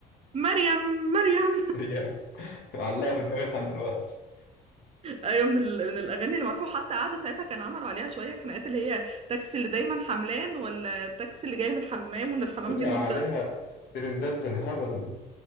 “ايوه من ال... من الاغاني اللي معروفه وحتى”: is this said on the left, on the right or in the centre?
Right